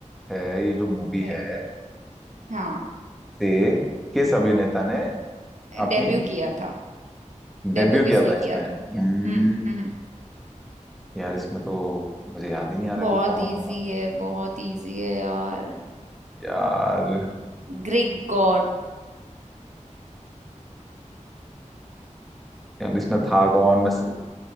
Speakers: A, in the centre; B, on the right.
A: है ये जो मूवी
B: है
A: है
B: हाँ
A: से किस अभिनेता ने अपनी
B: डेब्यू किया था डेब्यू
A: डेब्यू
B: किसने
A: किया था
B: किया
A: इसमें
B: था
A: हम्म,
B: हम्म हम्म हम्म।
A: यार इसमें तो मुझे याद ही नहीं आ रहा
B: बहुत
A: कि कौन
B: इजी
A: था
B: है बहुत इजी है यार
A: यार
B: Greek god
A: यार इसमें था कौन मैं